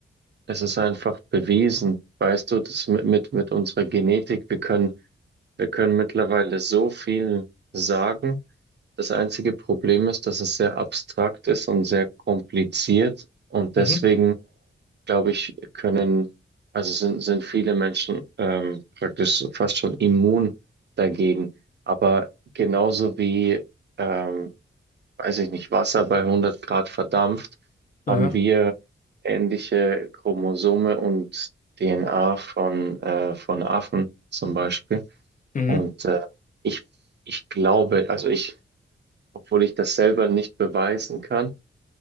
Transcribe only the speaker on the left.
Mhm.
Aha.
Mhm.